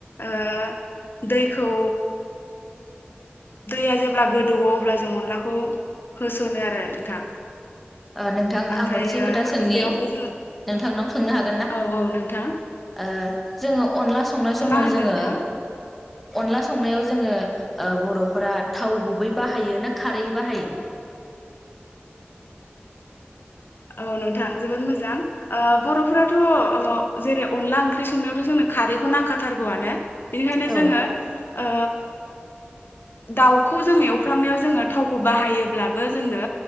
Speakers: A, on the left; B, in the centre.
A: ओ- दैखौ दैया जेब्ला गोदौवो अब्ला जों अनलाखौ होसनो आरो नोंथां।
B: ओ- नोंथां
A: ओमफ्रायो
B: आं मोनसे खोथा सोंनि
A: बेवहाय जोङो
B: नोंथांनाव सोंनो हागोन ना?
A: औ औ नोंथां
B: ओ- जोङो। अनला संनाय समाव
A: मा होनदों
B: जोङो।
A: नोंथां
B: अनला संनायाव जोङो ओ- बरफोरा थाव गुबै बाहायो ना खारै बाहायो?
A: अ औ नोंथां जोबोद मोजां ओ-बरफोराथ जेरै अनला ओंख्रि संनायावथ जोंनो खारैखौ नांखाथारगौआनो। बेनिखायनो
B: औ
A: जोङो। ओ दाउखौ जोङ एवफ्रामनायाव जोङो थावखौ बाहायोब्लाबो जोंनो